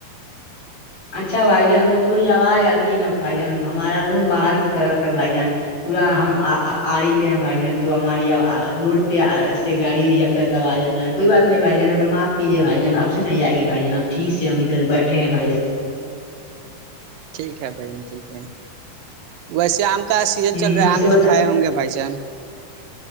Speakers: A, on the left; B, on the right.
A: اچھا بھائی جان وہ تھوڑی آواز آتی ہے نا بھائی جان ہمارا روم باہر کی طرف ہے بھائی جان پورا ہم آ رہی پہ ہیں بھائی جان تو ہماری روڈ پہ سے گاڑی اڑی جاتا ہے تب آ جاتا کوئی بات نہیں بھائی جان ہمیں معاف کییے بھائی جان اب سے نہیں آئے گیھائی جان اب ٹھیک سے ہم ادھر بیٹھے ہیں بھائی جان
B: ٹھیک ہے بھائی جان ٹھیک ہے ویسے آم کا سیزن
A: ہ
B: چل رہا
A: ویسے
B: ہے آم
A: بتا
B: تو کھائے ہوں گے بھائی جان